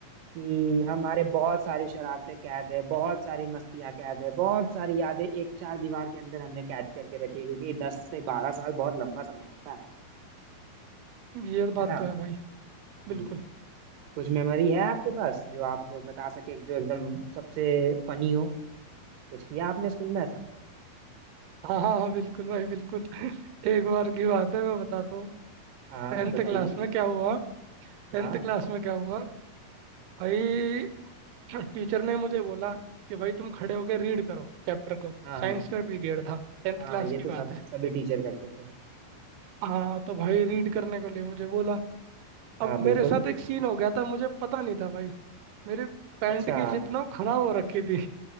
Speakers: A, on the right; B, on the right.
A: कि हमारे बहुत सारी शरारतें कैद है बहुत सारी मस्तियां कैद है बहुत सारी यादें एक चार दीवार के अंदर हमने कैद करके रखी है क्योंकि दस से बारह साल बहुत लंबा समय होता है
B: ये बात
A: है ना
B: तो है भाई
A: जी
B: बिल्कुल
A: कुछ मेमोरी है आपके पास जो आप बता सके जो एकदम सबसे फनी हो कुछ किया आपने स्कूल में ऐसा
B: हाँ हाँ हाँ बिल्कुल भाई बिल्कुल <laughs> एक बार की बात है मैं बताता हूँ
A: हाँ
B: टेंथ
A: बताइए
B: क्लास में क्या हुआ टेंथ
A: हाँ
B: क्लास में क्या हुआ भाई <clears throat> टीचर ने मुझे बोला कि भाई तुम खड़े होकर रीड करो चैप्टर को
A: हाँ
B: साइंस
A: हाँ
B: का पीरियड था टेंथ
A: हाँ
B: क्लास
A: ये
B: की
A: तो
B: बात
A: सब
B: है
A: सभी टीचर करते थे
B: हाँ तो भाई रीड करने को लिए मुझे बोला अब
A: हाँ बिल्कुल
B: मेरे साथ एक सीन हो गया था मुझे पता नहीं था भाई मेरे पैंट
A: अच्छा
B: की जिप ना खराब हो रखी थी